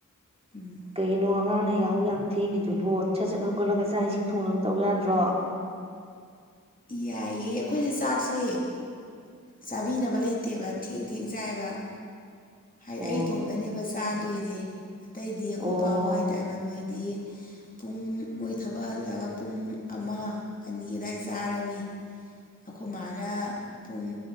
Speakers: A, on the left; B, on the right.
A: ꯎꯝ
B: ꯀꯩꯒꯤꯅꯣ ꯑꯉꯥꯡꯅ ꯌꯥꯍꯧ ꯌꯥꯝ ꯊꯦꯡꯉꯤꯗꯨꯕꯣ ꯁꯠ ꯁꯠ ꯍꯧꯒꯠꯂꯒ ꯆꯥꯛ ꯏꯁꯤꯡ ꯊꯣꯡꯅꯕ ꯇꯧ ꯌꯥꯗ꯭ꯔꯣ
A: ꯌꯥꯏꯌꯦꯦ ꯑꯩꯈꯣꯏꯁꯦ ꯆꯥꯛꯁꯦ ꯆꯥꯕꯤꯅꯕ ꯂꯩꯇꯦꯕ ꯊꯦꯡ ꯊꯦꯡ ꯆꯥꯏꯑꯕ ꯑꯩ
B: ꯑꯣ
A: ꯏꯇꯣꯝꯗꯅꯦꯕ ꯆꯥꯗꯣꯏꯁꯦ ꯑꯇꯩꯗꯤ ꯑꯩꯈꯣꯏꯕꯥ
B: ꯑꯣ
A: ꯍꯣꯏ ꯗꯥꯏꯃꯟ ꯑꯣꯏꯣꯏꯗꯤ ꯄꯨꯡ ꯃꯣꯏ ꯊꯕꯛꯍꯜꯂꯒ ꯄꯨꯡ ꯑꯃ ꯑꯅꯤ ꯑꯗꯨꯋꯥꯏ ꯆꯥꯔꯅꯤ ꯑꯩꯈꯣꯏ ꯃꯥꯅ ꯄꯨꯡ